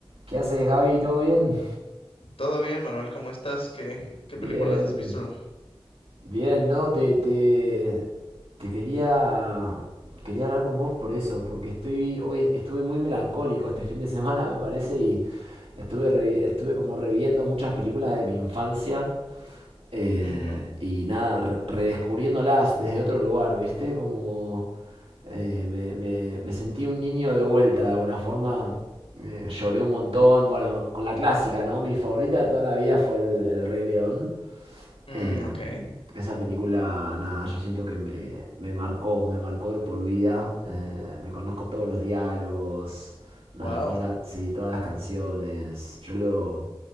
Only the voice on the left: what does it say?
Todo bien, Manuel, ¿cómo estás? ¿Qué, qué
películas has visto?
Ujú.
Mm,
ok,
wow,